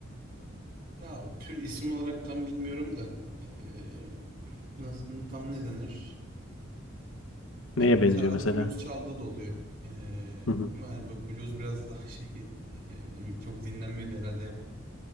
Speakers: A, on the right (about 50°); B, on the left (about 80°).
A: Ya tür isim olarak tam bilmiyorum da. e, nasıl tam ne denir?
B: Neye
A: Yani
B: benziyor
A: mesela arada
B: mesela?
A: blues çaldığı da oluyor. E,
B: Hı hı.
A: ama hani bu blues biraz daha <laughs> şey e, ne bileyim çok dinlenmiyordu herhalde